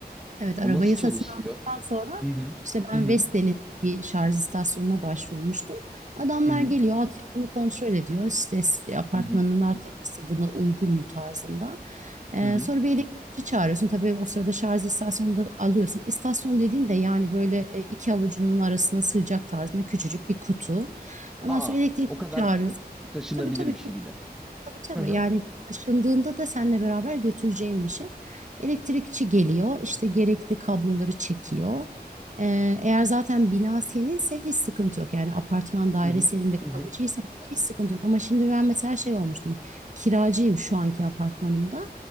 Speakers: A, on the right; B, in the centre.
A: Evet
B: O
A: arabayı
B: nasıl çalışıyor?
A: satın aldıktan sonra
B: Hı hı.
A: işte ben
B: Hı hı.
A: Vestel'in bir şarj istasyonuna başvurmuştum. Adamlar
B: Hı hı.
A: geliyor altyapını kontrol ediyor. İşte s- apartmanın
B: Hı hı.
A: altyapısı buna uygun mu tarzında. Ee,
B: Hı hı.
A: sonra bir elektrikçi çağırıyorsun. Tabii o sırada şarj istasyonunu da alıyorsun. İstasyon dediğin de yani böyle e, iki avucunun arasına sığacak tarzında küçücük bir kutu. Ondan
B: Aa,
A: sonra elektrikçi
B: o kadar
A: çağırıyorsun.
B: taşınabilir
A: Tabii tabii
B: bir şey bir de.
A: Tabii tabii
B: Hı hı.
A: yani taşındığında da seninle beraber götüreceğim bir şey. Elektrikçi geliyor işte gerekli kabloları çekiyor. Ee, eğer zaten bina seninse hiç sıkıntı yok. Yani apartman daire
B: Hı hı.
A: senin ve kalıcıysan
B: Hı hı.
A: orada hiç sıkıntı yok. Ama şimdi ben mesela şey olmuştum. Kiracıyım şu anki apartmanımda.